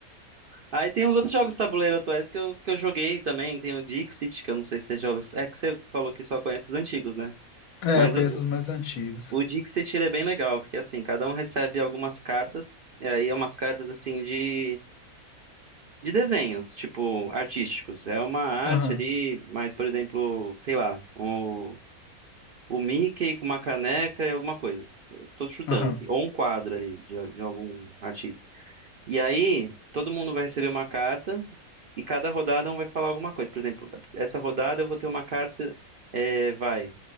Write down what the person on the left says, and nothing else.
É,
eu
conheço os mais antigos.
Aham,
aham.